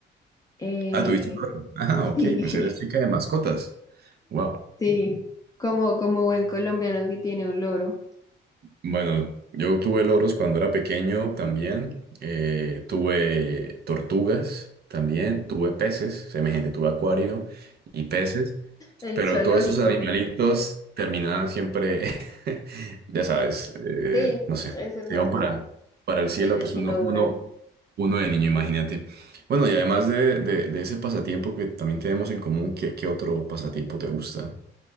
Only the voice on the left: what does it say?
eh,
<laughs> sí,
Sí, como, como buen colombiano que tiene un loro.
El
zoológico.
Sí,
eso es
normal.
Ellos
sí
no
duran.